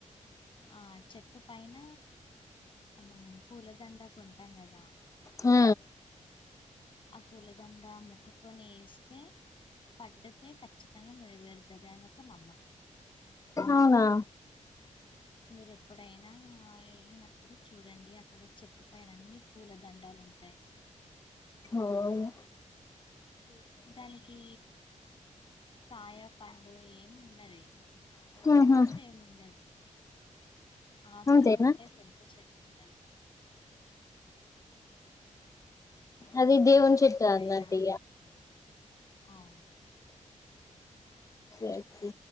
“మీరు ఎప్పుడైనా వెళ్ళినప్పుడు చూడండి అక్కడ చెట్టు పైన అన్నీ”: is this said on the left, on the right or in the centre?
Left